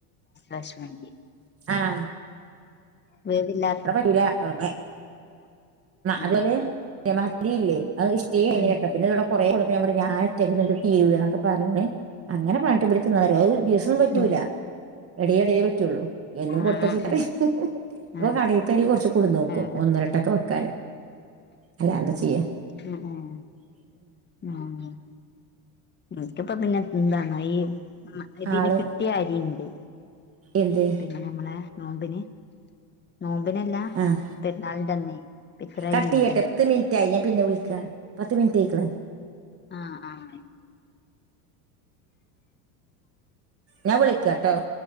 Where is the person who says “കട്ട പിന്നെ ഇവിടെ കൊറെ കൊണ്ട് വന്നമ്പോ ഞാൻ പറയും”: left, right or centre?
Right